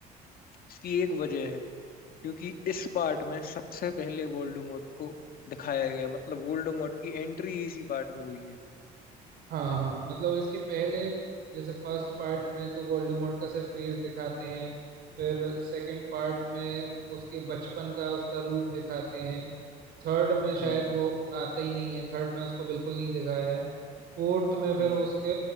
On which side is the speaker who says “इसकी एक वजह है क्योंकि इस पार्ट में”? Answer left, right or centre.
Left